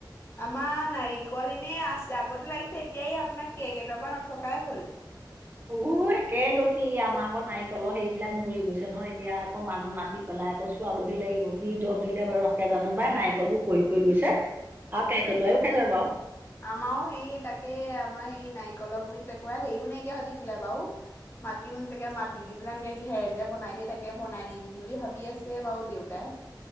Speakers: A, on the left; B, on the right.
A: আমা নাৰিকল এনেই আছ আগতে লাগিছে এতিয়া এই আপোনা কেকেটোৱা পা নথকাই হ'ল
B: উহ একে গতি আমাৰ আকৌ নাৰিকলৰ সেইবিলাক মৰি গৈছে নহয় এতিয়া আকৌ মানুহ মাতি পেলাই আকৌ খাবহি লাগিব সি দৰব দিলে বাৰ ৰসে জানো বাাই নাৰিকলবোৰ শ শৈ গৈছে <unintelligible> আউ কেৰ্কেটুৱা ইও খাইছে বাউ
A: আমাও সেই তাকে আমাৰ সেই নাৰিকলৰ গুৰিত একেবায়ে সেও নাইকিয়া হৈ থাকিলে বাউ মাটিও নেথাকে মাতি দি পেলাই এনেকে ঘেৰ যে বনাই দিয়ে তাকে বনাই দিম বুলি ভাবি আছে বাউ দেউতাই